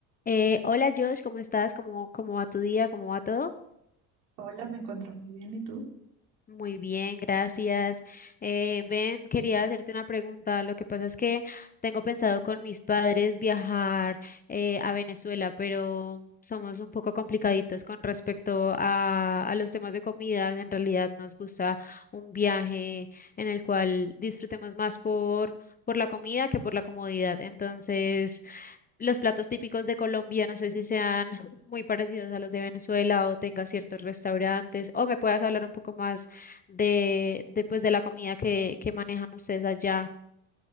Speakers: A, on the left; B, on the right.
A: Eh, hola Josh, ¿cómo estás? ¿Cómo, cómo va tu día? ¿Cómo va todo?
B: Hola, me encuentro muy bien. ¿Y tú?
A: Muy bien, gracias. Eh, Ben, quería hacerte una pregunta. Lo que pasa es que tengo pensado con mis padres viajar eh, a Venezuela, pero somos un poco complicaditos con respecto a, a los temas de comida. En realidad nos gusta un viaje en el cual disfrutemos más por, por la comida que por la comodidad. Entonces... Los platos típicos de Colombia, no sé si sean muy parecidos a los de Venezuela o tenga ciertos restaurantes, o me puedas hablar un poco más de, de, pues, de la comida que, que manejan ustedes allá.